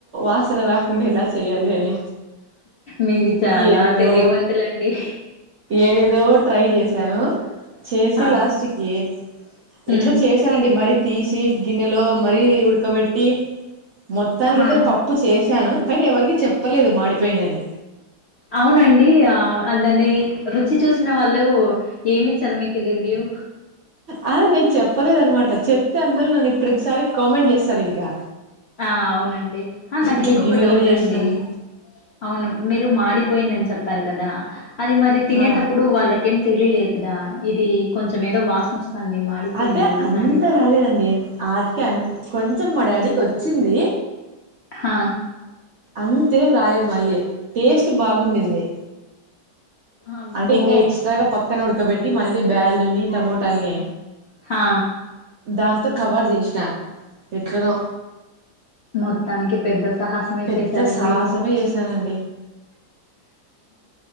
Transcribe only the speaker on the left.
మీరు చాలా
తెలియవంతులండి
హా
హ్మ్
హా
అవునండి దాన్ని రుచి చూసిన వాళ్ళు ఏమిచ్చారు మీకు రివ్యూ
ఆ అవునండి నాకు
ఇంకొక
డౌట్
అండి అవును మీరు మాడి పోయిందని చెప్పారు కదా అది మరి తినేటప్పుడు
వాళ్ళకేం తెలిలేదా ఇది కొంచెం ఏదో వాసన వస్తుంది మాడిపోయింది
అని
హా
అబ్బో
హా
మొత్తానికి పెద్ద సాహసమే
చేసారండి
<inaudible>